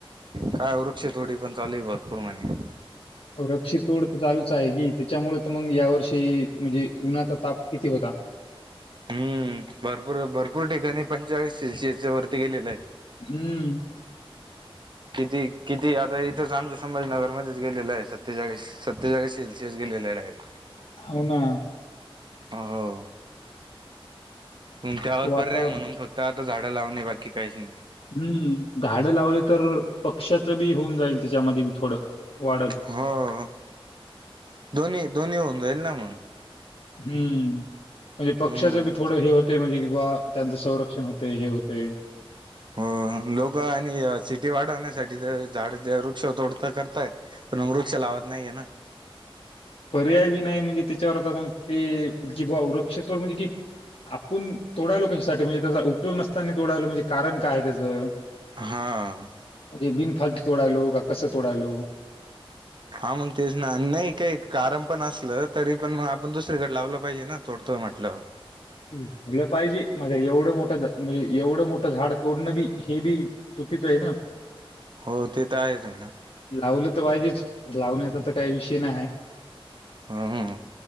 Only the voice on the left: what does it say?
वृक्षतोड तर चालूच आहे की, त्याच्यामुळे तर मग या वर्षी म्हणजे, उन्हाचा ताप किती होता.
हम्म,
हाव ना.
ते वातावरण
हम्म, झाडं लावलं तर, पक्ष्याचं बी होऊन जाईल, त्याच्यामध्ये बी थोडं वाढल.
हम्म म्हणजे पक्षाच
बी थोडं हे होते म्हणजे की बा त्यांचं संरक्षण होतंय, हे होते.
पर्याय बी नाही म्हणजे त्याच्यावर आता मग ते कि बा वृक्षतोड म्हणजे कि आपुण तोडायलो कशासाठी म्हणजे त्याचा उपयोग नसंतानी तोडायलो, म्हणजे कारण काय आहे त्याचं?
म्हणजे बिन फालतू तोडायलो का कसं तोडायलो?
होईला पाहिजे माझ एवढं मोठं म्हणजे एवढं मोठं झाड तोडणं बी हे बी चुकीचं यं ना.
लावलं तर पाहिजेच लावण्याचा तर काही विषय नाही आहे.